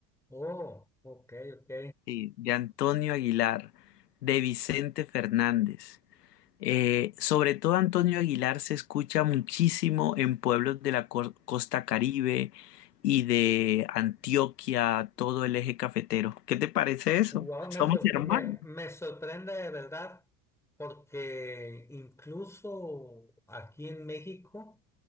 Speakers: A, in the centre; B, on the left.
A: Oh, ok, ok.
B: sí, de Antonio Aguilar, de Vicente Fernández. Eh, sobre todo Antonio Aguilar se escucha muchísimo en pueblos de la cor- costa Caribe y de Antioquia, todo el eje cafetero. ¿Qué te parece eso?
A: Wow, me,
B: Somos
A: sorpre-
B: hermanos.
A: me, me sorprende de verdad porque incluso aquí en México.